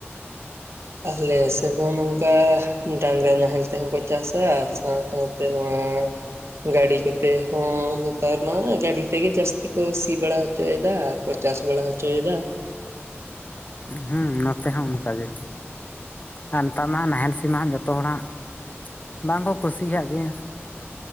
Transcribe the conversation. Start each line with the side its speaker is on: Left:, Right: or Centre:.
Right: ᱟᱞᱮ ᱥᱮᱫ ᱦᱚᱸ ᱱᱚᱝᱠᱟ ᱰᱟᱝᱨᱟ ᱱᱟᱦᱮᱞ ᱛᱮᱦᱚᱸ ᱠᱚ ᱪᱟᱥᱟ ᱥᱟᱶ ᱥᱟᱶᱛᱮ ᱱᱚᱣᱟ ᱜᱟᱹᱰᱤ ᱠᱚᱛᱮ ᱦᱚᱸ ᱱᱮᱛᱟᱨ ᱢᱟ ᱜᱟᱹᱰᱤ ᱛᱮᱜᱮ ᱡᱟᱹᱥᱛᱤ ᱛᱤ ᱠᱚ ᱥᱤ ᱵᱟᱲᱟ ᱦᱚᱪᱚᱭᱮᱫᱟ ᱟᱨ ᱠᱚ ᱪᱟᱥ ᱵᱟᱲᱟ ᱦᱚᱪᱚᱭᱮᱫᱟ ᱾
Left: ᱦᱩᱸ ᱱᱚᱛᱮ ᱦᱚᱸ ᱚᱱᱠᱟ ᱜᱮ ᱾ ᱟᱨ ᱱᱮᱛᱟᱨ ᱢᱟᱦᱟᱸᱜ ᱱᱟᱦᱮᱞ ᱥᱤᱢᱟ ᱦᱟᱸᱜ ᱡᱚᱛᱚ ᱦᱚᱲ ᱦᱟᱸᱜ ᱵᱟᱝᱠᱚ ᱠᱩᱥᱤᱭᱟᱜ ᱜᱮᱭᱟ ᱾